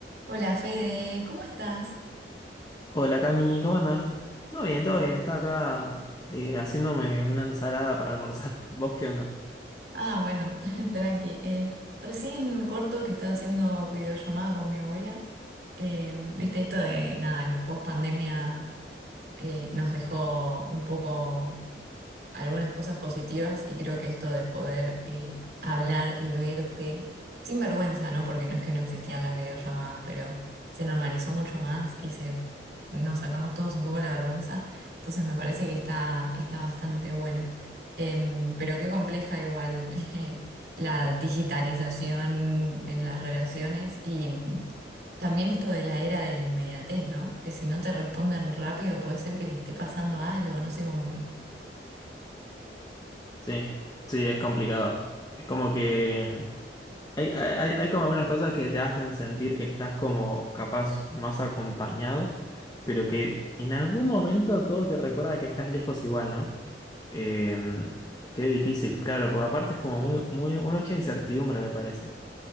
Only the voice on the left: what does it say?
Hola Cami, ¿cómo andás? Todo bien, todo bien. Estaba acá eh, haciéndome una ensalada para almorzar. <laughs> ¿Vos qué onda?
Sí, sí, es complicado. Es como que hay, hay, hay hay como algunas cosas que te hacen sentir que estás como capaz más acompañado, pero que en algún momento todo te recuerda que estás lejos igual, ¿no? Eh, qué difícil, claro, porque aparte es como muy, muy, mucha incertidumbre, me parece.